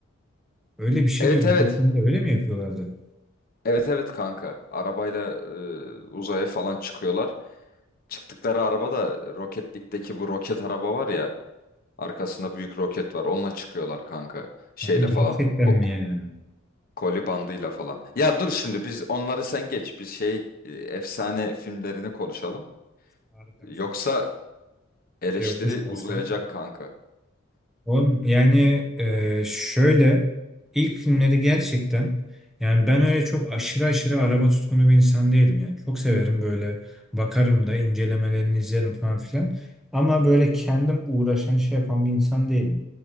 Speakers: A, in the centre; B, on the left.
A: öyle bir şey
B: Evet
A: duydum.
B: evet
A: Bu filmde öyle mi yapıyorlardı?
B: Evet evet kanka. Arabayla e, uzaya falan çıkıyorlar. Çıktıkları araba da Roketlik'teki bu roket araba var ya. Arkasında büyük roket var. Onunla çıkıyorlar kanka. Şeyle
A: Yani gerçekten
B: falan. ko-
A: mi yani?
B: koli bandıyla falan. Ya dur şimdi biz onları sen geç. Biz şey e, efsane filmlerini konuşalım.
A: Harbiden
B: Yoksa
A: şu an
B: eleştiri
A: şey oluşmasam.
B: uzayacak kanka.
A: Oğlum yani e, şöyle ilk filmleri gerçekten yani ben öyle çok aşırı aşırı araba tutkunu bir insan değilim yani. Çok severim böyle bakarım da incelemelerini izlerim falan filan. Ama böyle kendim uğraşan şey yapan bir insan değilim.